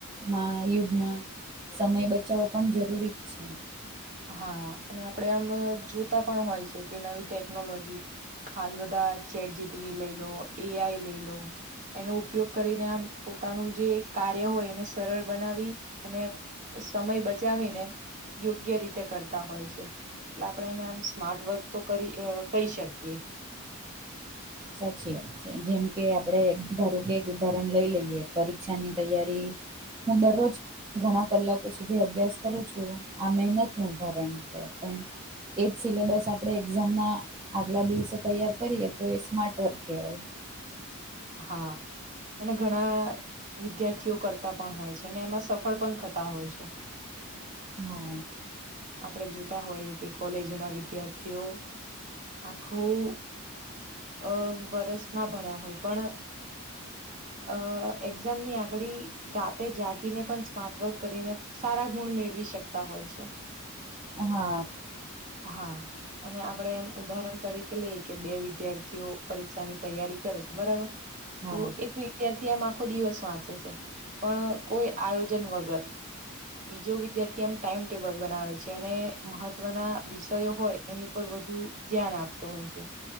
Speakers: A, on the right; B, on the right.
A: મા યુગમાં સમય બચાવો પણ જરૂરી જ છે
B: હા અને આપડે આમ જોતા પણ હોય છે કે નવી ટેકનોલોજી હાલ બધા ચેટ જી પી ટી લઈ લો એ આઈ લઈ લો એનો ઉપયોગ કરીને આમ પોતાનું જે કાર્ય હોય એને સરળ બનાવી અને સમય બચાવીને યોગ્ય રીતે તે કરતા હોય છે એટલે આપણે એને આમ સ્માર્ટ વર્ક તો કરી કરી શકીએ
A: સાચી વાત છે જેમ કે આપડે ધારો કે એક ઉદાહરણ લઈ લઈએ પરીક્ષા ની તૈયારી હું દરરોજ ઘણા કલાકો સુધી અભ્યાસ કરું છું આ મહેનત નું ઉદાહરણ છે પણ એ જ સિલેબસ આપડે એક્ઝામના આગલા દિવસે તૈયાર કરીએ તો એ માર્ટ વર્ક કહેવાય
B: હા અને ઘણા વિદ્યાર્થીઓ કરતા પણ હોય છે અને એમાં સફળ પણ થતા હોય છે
A: હા
B: આપડે જોતા હોઈએ કે કોલેજો ના વિદ્યાર્થીઓ આખું અ વરસ ના ભણ્યા હોય પણ અ એક્ઝામની આગલી રાતે જાગીને પણ સ્માર્ટ વર્ક કરીને સારા ગુણ મેળવી શકતા હોય છે
A: હા
B: હા અને આપડે એમ ઉદાહરણ તરીકે લઈએ કે બે વિદ્યાર્થીઓ પરીક્ષાની તૈયારી કરે છે બરાબર
A: હા
B: તો એક ત્યારથી આમ આખો દિવસ વાંચે છે પણ કોઈ આયોજન વગર બીજો વિદ્યાર્થી એમ ટાઈમ ટેબલ બનાવે છે અને મહત્વના વિષયો હોય એની ઉપર વધુ ધ્યાન આપતો હોય છે